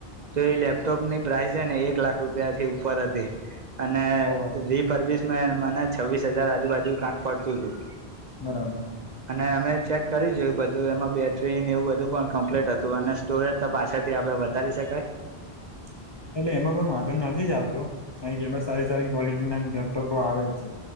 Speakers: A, on the right (about 50°); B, on the left (about 40°).
A: તો એ લેપટોપ ની પ્રાઇસ ને એક લાખ રૂપિયાથી ઉપર હતી. અને
B: ઓવે
A: રી ફરબીસ મને છવ્વીસ હજાર આજુબાજુ કંક પડતું હતું.
B: બરાબર.
A: અને અમે ચેક. કરી જોયું બધું એમાં બેટરીને એવું બધું પણ કમ્પ્લીટ હતું અને સ્ટોરેજ તો પાછળ થી આપડે વધારી શકાય.
B: <inaudible> એટલે એમાં પણ માધું નથી જ આવતો કારણ કે એમાં સારી સારી ક્વોલિટી ના લેપટોપો આવે જ છે.